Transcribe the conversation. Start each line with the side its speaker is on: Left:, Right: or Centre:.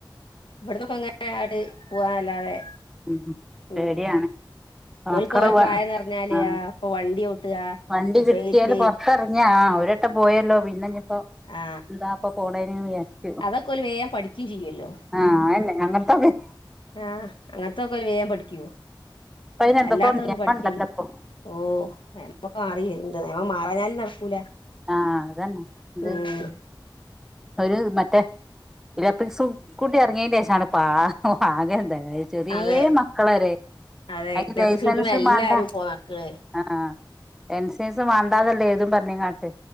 Left: ഇവട്ന്നൊക്കെ ഇങ്ങനെ അങ്ങട്ട് പോവാന്നല്ലാതെ.
Centre: ഉം ഉം പേടിയാണ്.
Left: ഉം ഓൽക്ക്
Centre: ആക്കറ
Left: ഓലെ
Centre: വാ
Left: പ്രായംന്ന് പറഞ്ഞാല്
Centre: ആ
Left: ഇപ്പൊ വണ്ടി ഓട്ടുക
Centre: വണ്ടി
Left: മൊബൈല്
Centre: കിട്ട്യാല് പൊറത്തറ ഞാ ആ ഒരട്ടം പോയല്ലോ പിന്നെ ഇനി ഇപ്പോ
Left: ആ
Centre: എന്താ അപ്പ പോണേന് വിചാരിച്ചി
Left: അതൊക്കെ ഓല് വേം പഠിക്യും ചെയ്യല്ലോ.
Centre: ആഹ് അയന്നെ അങ്ങൻത്തക്കെ.
Left: ആഹ് അങ്ങൻത്തൊക്കെ ഓല് വേം പഠിക്കു
Centre: ഇപ്പ അയിന് എന്തൊക്കോ
Left: അല്ലാത്ത
Centre: നിയമം
Left: ഒന്നും പഠിക്കൂല്ല.
Centre: ഇണ്ടല്ലോ ഇപ്പൊ
Left: ഓഹ് <unintelligible> മാറാഞ്ഞാലും നടക്കൂല.
Centre: ആഹ് അതന്നെ ഇത്
Left: ഉം
Centre: ഒരു മറ്റേ. ഇലക്ട്രിക്സു കൂട്ടി എർങ്യേന്റെഷാണ് ആകെ തായെ ചെറ്യേ
Left: അതെ
Centre: മക്കളരെ
Left: അതെ
Centre: അയ്ന്
Left: ഇലക്ട്രിക്
Centre: ലൈസൻസും
Left: ഷൂട്ടിമ്മെ എല്ലാരും
Centre: മാണ്ട.
Left: ഇപ്പോ നടക്ക്ണ്
Centre: ആഹ് എൻസൻസ് വണ്ടാത്ള്ള ഏതും പറഞ്ങ്ങാ ത്